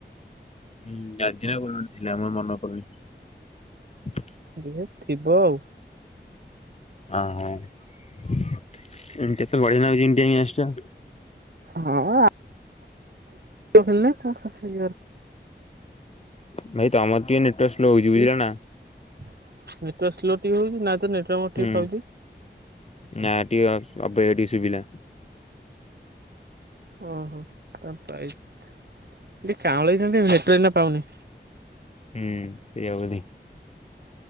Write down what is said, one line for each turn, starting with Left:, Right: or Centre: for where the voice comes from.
Left: ହୁଁ ଆଜିିନା ଆଉ ଥିଲା ମେରମନରପଡୁନି।
Right: ଜିଏଥିବ ଆଉ
Left: ହ ହୋତି ତ ବ ନଉଛିଣ୍ଡିଆ ଆଷ୍ଟ <inaudible>
Right: ହଁଅ ଖେଳନା କଣ ଖସ <inaudible>
Left: ହଁ <inaudible> ଭାଇ ତମରେକେ ନେଟୱର୍କ ସ୍ଲୋ ହଉଛି। ବୁଝିଲ ନା
Right: ନେଟୱାର୍କ ସ୍ଲୋ କେବେ ହଉଛି ନା ତ ନେଟୱର୍କ
Left: ହୁଁ
Right: ଠିକ୍ ପାଉଛି।
Left: ନା ଟି ଅବାଗିଆ ଟିକେ ଶୁଭିଲା।
Right: ଓହୋ ତା ପାଇଶ କାଉଁଳେଇ ପାଣି ନେଟୱର୍କ ଏଇନା ପାଉନି।
Left: ହୁଁ ସେରି ହଉଦି